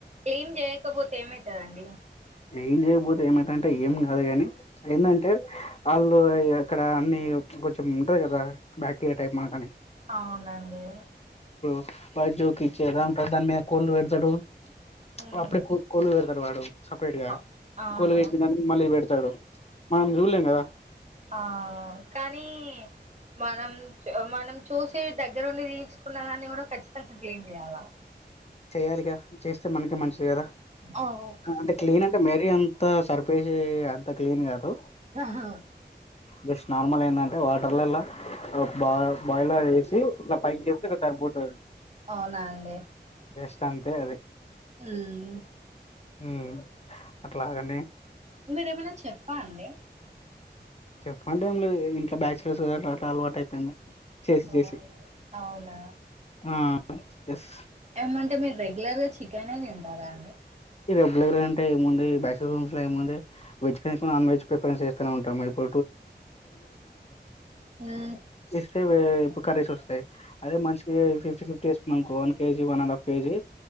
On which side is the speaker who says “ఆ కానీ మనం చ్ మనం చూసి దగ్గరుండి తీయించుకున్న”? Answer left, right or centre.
Right